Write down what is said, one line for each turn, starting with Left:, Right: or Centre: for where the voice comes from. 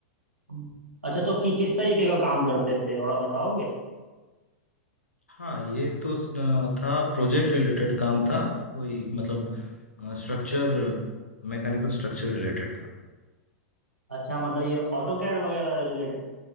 Right: हम्म। अच्छा तो कि किस तरीके का काम करते थे थोड़ा बताओगे
Left: हाँ ये तो स- अ, था प्रोजेक्ट रिलेटेड काम था कोई मतलब स्ट्रक्चर मैकेनिकल स्ट्रक्चर रिलेटेड था
Right: अच्छा मतलब ये ऑटो कैड वगैरह रिलेटेड